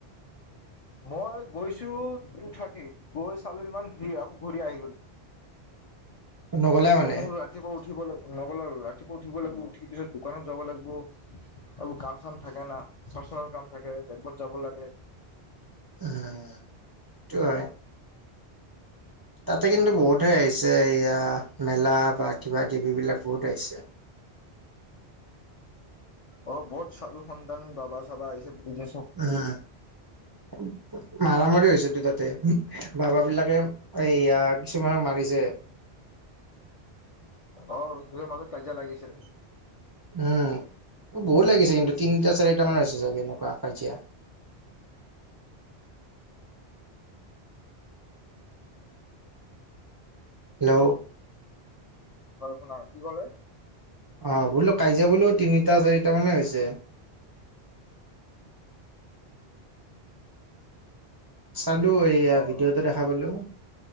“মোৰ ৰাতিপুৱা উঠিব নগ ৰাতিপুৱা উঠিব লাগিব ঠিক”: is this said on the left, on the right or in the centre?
Left